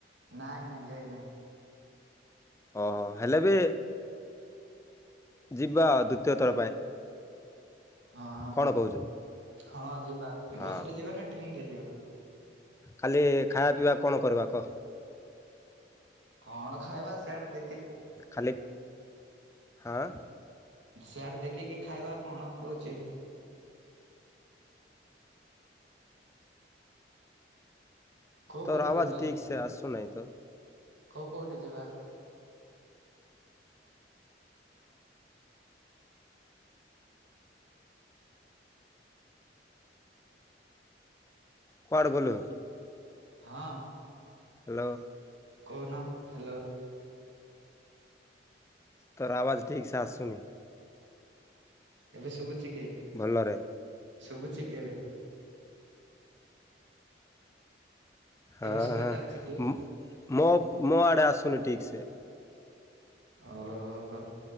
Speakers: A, on the right; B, on the left.
A: ନାଇଁ ନାଇଁ ଯାଇ ନାଇଁ।
B: ଓହୋ ହେଲେ ବି ଯିବା ଦ୍ଵିତୀୟ ଥର ପାଇଁ।
A: ହଁ
B: କଣ
A: ହଁ
B: କହୁଛୁ
A: ହଁ ଯିବା
B: ହଁ
A: ବସରେ ଯିବା ନା ଟ୍ରେନ ରେ ଯିବା
B: ଖାଲି ଖାଇବା ପିଇବା କଣ କରିବା କହ
A: କଣ ଖାଇବା ସିଆଡେ ଦେ
B: ଖାଲି ହଁ।
A: ସିଆଡେ ଦେଖିକି ଖାଇବା କଣ କହୁଚି? କୋଉ
B: ତୋର
A: କୋଉଠି
B: ଆବାଜ
A: ବୁଲବା
B: ଠିକ
A: ଯେ
B: ସେ ଆସୁ ନାହିଁ। ତ
A: କୋଉ କୋଉଠି ଯିବା
B: କୁଆଡ଼ ଗଲୁ
A: ହଁ।
B: ହାଲୋ
A: କହୁନ ହାଲୋ
B: ତୋର ଆବାଜ ଠିକ ସେ ଆଶୁନି
A: ଏବେ ଶୁବୁ ଚି କି
B: ଭଲରେ
A: ଶୁଭୁଛି କି ଏବେ
B: ହଁ
A: ଏବେ ଶୁଭା
B: ହଁ
A: ଯାଉଛି କି?
B: ମ ମୋ ମୋ ଆଡେ ଆସୁ ସୁବୁନି ଠିକ୍ ସେ
A: ଓହୋ